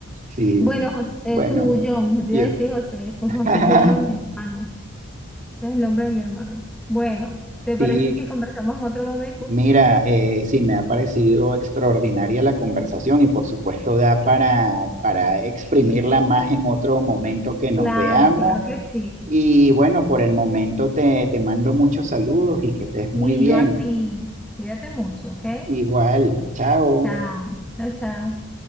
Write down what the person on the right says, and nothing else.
sí,
bueno,
bien.
<laughs>
Sí,
Mira, eh, sí, me ha parecido extraordinaria la conversación y por supuesto da para, para exprimirla más en otro momento que nos
veamos.
Y bueno, por el momento te, te mando muchos saludos y que estés
muy bien.
Igual, chao.